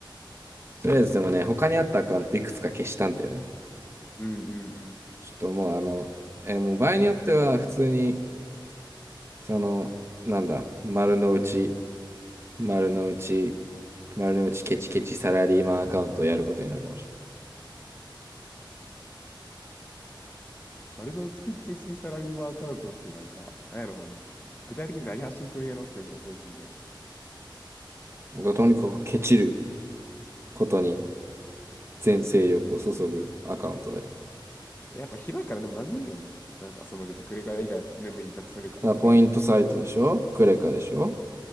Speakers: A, on the right; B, on the left.
A: とりあえずでもね、他にあったアカウントいくつか消したんだよね。
B: <laughs> うんうんうん。
A: ちょっともうあの、えーもう場合によっては普通に、その、なんだ、丸の内、丸の内、丸の内ケチケチサラリーマンアカウントをやることになるかもし
B: バルドチキチキチサラリーマンアカウントってなんか、なんやろうな。具体的に何発信するんやろっていうのがすごい気になる。
A: れない。とにかくケチることに全勢力を注ぐアカウントだよ。
B: やっぱ広いからでも何でもいいよね。なんかその別にクレカ以外でもいいし、なんかそれか、
A: だからポイントサイトでしょクレカでしょ
B: それ以外でも